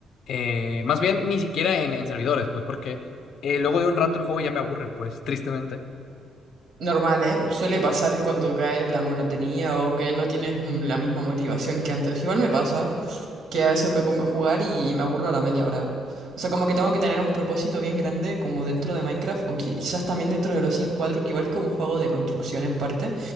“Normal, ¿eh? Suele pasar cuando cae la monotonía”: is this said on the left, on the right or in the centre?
Right